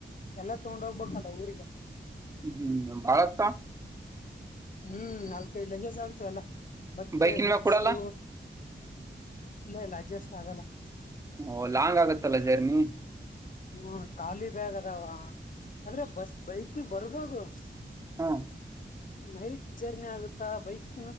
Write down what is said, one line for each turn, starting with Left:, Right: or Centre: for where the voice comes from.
Left: ಎಲ್ಲ ತಗೊಂಡ ಹೋಗ್ಬೇಕಲ್ಲ ಊರಿಗೆ
Right: ಹ್ಮ್ ಹ್ಮ್ ಬಾಳತ್ತ
Left: <unintelligible> ಹ್ಮ್ ಅ ಕೈ ಂಜೇಜ ಆಗ್ತ ಅಲ್ಲ ಬಟ್ಟೆ
Right: ಬೈಕಿನ
Left: ಬುಕ್ಸು
Right: ಮ್ಯಾಗ ಕೊಡಲ್ಲ
Left: ಇಲ್ಲ ಇಲ್ಲ ಅಡ್ಜಸ್ಟ್ ಆಗಲ್ಲ
Right: ಓ ಲಾಂಗ್ ಆಗತ್ತಲ್ಲ ಜರ್ನಿ
Left: ಹ್ಮ ಖಾಲಿ ಬ್ಯಾಗ್ ಅದಾವ ಆದ್ರೆ ಬಸ್ ಬೈಕ ಬರ್ಬೋದುು <unintelligible>
Right: ಹಾ <unintelligible>
Left: ನೈಟ್ ಜರ್ನಿ ಆಗುತ್ತಾ ಬೈಕ